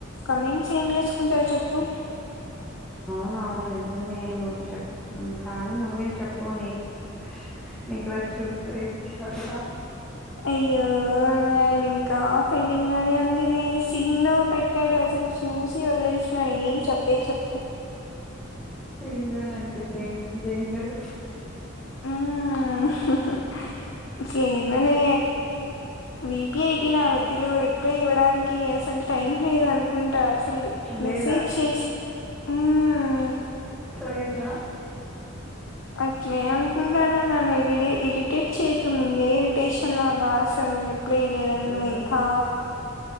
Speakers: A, on the left (about 70°); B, in the centre.
A: కమెంట్స్ ఏం చేసుకుంటారు చెప్పు.
B: అవును నిజమే నువ్వు చెప్ కానీ నువ్వే చెప్పు నీ క్రష్ నీ క్రష్ రిప్లై ఇచ్చాడా.
A: అయ్యో ఇవ్వలేదు ఇంకా ఇంకా పెండింగ్ లోనే ఉందిలే, సీన్ లో పెట్టాడు అసలు చూసి వదిలేసినాడు ఏం చెప్పేది చెప్పు.
B: ఫింద్రాన్ అంట ఇది దేన్ దేన్ మీద
A: హు అసలు ఏందోనే విపి అయిపోయినా. మధ్యలో రిప్లై ఇవ్వడానికి అసలు టైం లేదు అనుకుంటా అస అసలు
B: లేదా
A: మెసేజ్ చేసి హ్మ్
B: లేదా
A: అట్లే అంనుకుంటానా నన్ను ఇరీడి ఇరిటేట్ చేయదు. ముందే ఇరిటేషన్ లో ఉన్నా అసలు రిప్లే ఇయలేదని
B: మ్మ్
A: నువ్వు ఇంకా